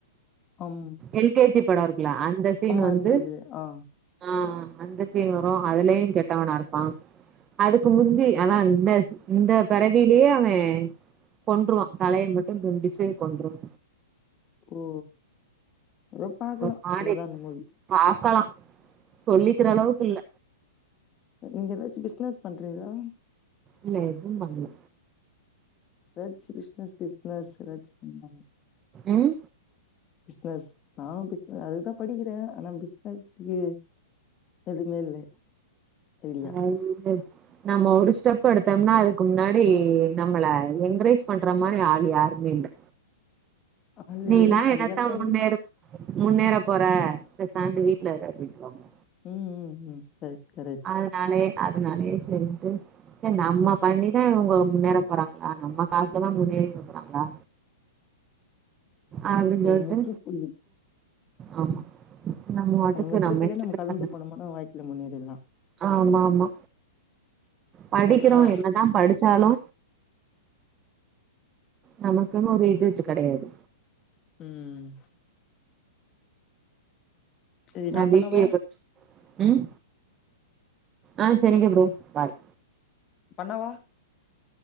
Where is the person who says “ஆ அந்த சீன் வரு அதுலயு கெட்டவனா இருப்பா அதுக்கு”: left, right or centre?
Right